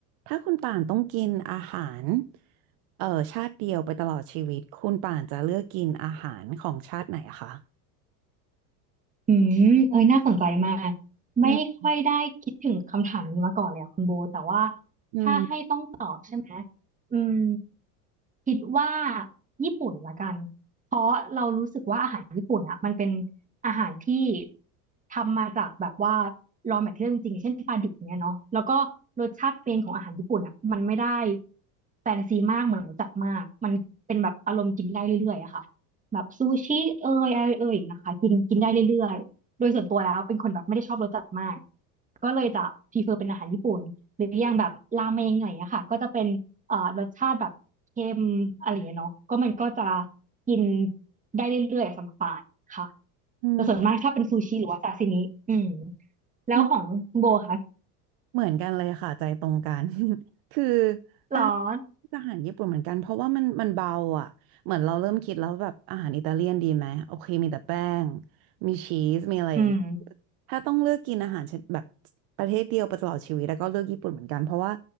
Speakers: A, on the right; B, on the right.
A: ถ้าคุณป่านต้องกินอาหารเอ่อชาติเดียวไปตลอดชีวิตคุณป่านจะเลือกกินอาหารของชาติไหนอะคะ
B: อืมเอ้ยน่าสนใจมาก
A: อืม
B: ไม่ค่อยได้คิดถึงคำถามนี้มาก่อนเลยอะคุณโบ แต่ว่า
A: อืม
B: ถ้าให้ต้องตอบใช่ไหมอืมคิดว่าญี่ปุ่นละกัน เพราะเรารู้สึกว่าอาหารญี่ปุ่นอะมันเป็นอาหารที่ทำมาจากแบบว่า raw material จริงๆเช่นปลาดิบเนี้ยเนาะแล้วก็รสชาติเป็นของอาหารญี่ปุ่นอะมันไม่ได้แฟนซีมากเหมือนรสจัดมากมันเป็นแบบอารมณ์กินได้เรื่อยๆอะค่ะ แบบซูชิเอ่ยอะไรเอ่ยนะคะกินกินได้เรื่อยๆโดยส่วนตัวแล้วเป็นคนแบบไม่ได้ชอบรสจัดมากก็เลยจะพรีเฟอร์เป็นอาหารญี่ปุ่นหรืออย่างแบบราเมงหน่อยอะค่ะก็จะเป็นเอ่อรสชาติแบบเค็มอะไรอย่างเงี้ยเนาะก็มันก็จะกินได้เรื่อยๆอะสำหรับปานค่ะ
A: อื
B: แต่ส่วนมากชอบเป็นซูชิหรือว่าซาซิมิอืมแล้วของคุณโบค่ะ
A: ม เหมือนกันเลยค่ะใจตรงกัน <laughs> คือถ้าให้
B: ร้อน
A: อาหารญี่ปุ่นเหมือนกันเพราะว่ามันมันเบาอ่ะเหมือนเราเริ่มคิดแล้วแบบอาหารอิตาเลียนดีไหมโอเคมีแต่แป้งมีชีสมีอะไรอย่างงี้
B: อืม
A: ถ้าต้องเลือกกินอาหารชนิดแบบประเทศเดียวไปตลอดชีวิตแล้วก็เลือกญี่ปุ่นเหมือนกันเพราะว่า